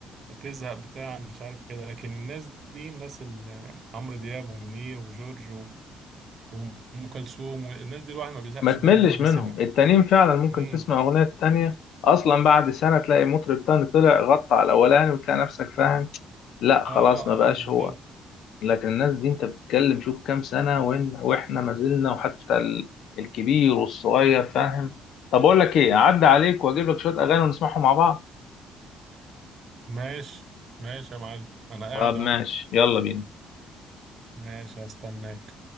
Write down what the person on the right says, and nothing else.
تزهق بتاع مش عارف كده لكن الناس دي الناس اللي عمرو دياب ومنير وجورج و- وأم كلثوم والناس دي الواحد ما بيزهقش
منها مهما
سمع
امم
اه
اه بالظبط
ماشي ماشي يا معلم انا قاعد
اهو
ماشي هستناك